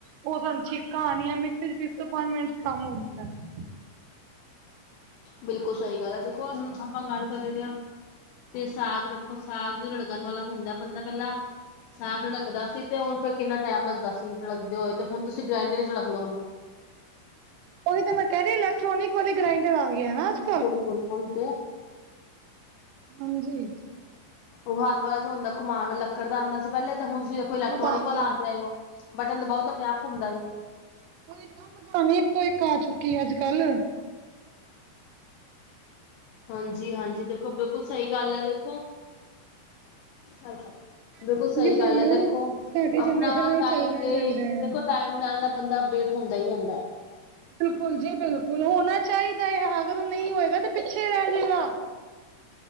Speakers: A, on the right; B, on the left.
A: ਓ ਸਾਨੂੰ ਛਿੱਕਾ ਆਨੀਆਂ, ਮਿਕਸੀ ਚ ਪੀਸੋ ਪੰਜ ਮਿੰਟ ਚ ਕੰਮ ਹੋ ਜਾਂਦੈ।
B: ਬਿਲਕੁਲ ਸਈ ਗੱਲ ਐ, ਦੇਖੋ ਹੁਣ ਆਪਾਂ ਗੱਲ ਕਰੇ ਦੇ ਆ ਤੇ ਸਾਗ ਵੇਖੋ, ਸਾਗ ਜੋ ਰਿੜਕਣ ਵਾਲਾ ਹੁੰਦਾ ਬੰਦਾ ਪੈਲਾਂ ਸਾਗ ਰਿੜਕਦਾ ਸੀ ਤੇ ਓਨ ਫੇਰ ਕਿੰਨਾ ਟੈਮ ਲੱਗਦਾ ਸੀ ਰਿੜਕਦੇ ਹੋਏ, ਤੇ ਹੁਨ ਤੁਸੀਂ ਗ੍ਰਾਇੰਡਰ ਚ ਰਿੜਕ ਲਓ ਓਨੂੰ।
A: ਓਹੀ ਤਾਂ ਮੈਂ ਕੈ ਰੀ ਇਲੈਕਟ੍ਰੋਨਿਕ ਵਾਲੀ ਗ੍ਰਾਇੰਡਰ ਆ ਗਈ ਏ ਨਾ ਅੱਜ ਕ
B: ਬਿਲਕੁਲ, ਓਹੀ ਤੇ।
A: ਹਾਂਜੀ।
B: ਓਹ ਹੱਥ ਵਾਲਾ ਜੋ ਹੁੰਦਾ ਗੁਮਾਨ ਵਾਲਾ ਲੱਕੜ ਦਾ ਆਂਦਾ ਸੀ ਪੈਲੇ, ਤੇ ਹੁਨ ਤੁਸੀਂ ਵੇ ਇਲੈਕਟ੍ਰੋਨਿਕ
A: ਪਤਾ ਨੀ
B: ਵਾਲਾ ਆ ਗਿਆ ਏ ਓ, ਬਟਨ ਦਬਾਓ ਤੇ ਅਪਣੇ ਆਪ ਘੁੰਮਦਾ ਏ ਓ।
A: ਓਹੀ ਤਾ ਮੈਕੋਨੀ, ਏਕ ਤੋ ਏਕ ਆ ਚੁੱਕੀ ਐ ਅੱਜ ਕੱਲ।
B: ਹਾਂਜੀ- ਹਾਂਜੀ, ਦੇਖੋ ਬਿਲਕੁਲ ਸਈ ਗੱਲ ਐ ਦੇਖੋ। ਬਿਲਕੁਲ
A: ਕਹਿੰਦੀ
B: ਸਈ ਗੱਲ
A: ਸਾਨੂੰ
B: ਐ ਦੇਖੋ,
A: ਸਾਡੀ
B: ਅਪਣਾ
A: ਜਨਰੇਸ਼ਨ ਨਾਲ
B: ਟਾਈਮ
A: ਚੱਲਣਾ
B: ਦੇ
A: ਚਾਹੀਦਾ
B: ਦੇਖੋ
A: ਆ
B: ਟਾਈਮ ਨਾਲ ਨਾ ਬੰਦਾ ਅਪਡੇਟ ਹੁੰਦਾ ਹੀ ਹੁੰਦਾ।
A: ਬਿਲਕੁਲ ਜੀ ਬਿਲਕੁਲ, ਹੋਣਾ ਚਾਈਦਾ ਏ ਅਗਰ ਓ ਨਈ ਹੋਏਗਾ ਤੇ ਪਿੱਛੇ ਰੈ ਜਾਏਗਾ।